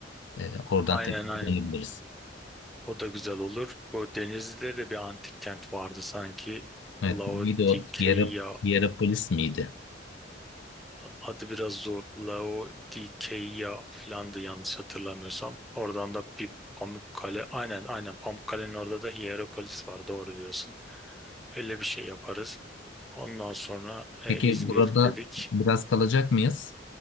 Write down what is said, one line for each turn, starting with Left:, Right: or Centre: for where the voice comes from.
Left: Ee, oradan
Centre: aynen
Left: tekrar
Centre: aynen.
Left: dönebiliriz.
Centre: O da güzel olur. Bu Denizli'de de bir antik kent vardı sanki.
Left: Evet,
Centre: Laodikeya
Left: neydi o? Hiera- Hierapolis miydi?
Centre: adı biraz zor. Laodikeya filandı yanlış hatırlamıyorsam. Oradan da bir Pamukkale. Aynen aynen Pamukkale'nin orada da Hierapolis var. Doğru diyorsun. Öyle bir şey yaparız. Ondan sonra e,
Left: Peki
Centre: İzmir
Left: burada
Centre: dedik.
Left: biraz kalacak mıyız?